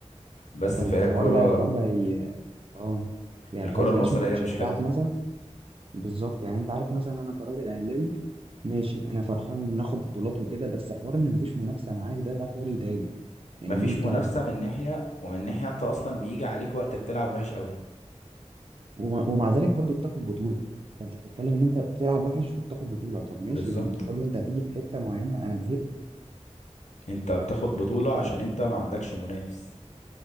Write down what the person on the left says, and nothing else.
بس
فهي الكرة
الكرة
المصرية
مش حلوة
مفيش
منافسة من ناحية ومن ناحية أنت أصلا بيجي عليك وقت بتلعب وحش قوي
بالظبط
أنت بتاخد بطولة عشان أنت ما عندكش منافس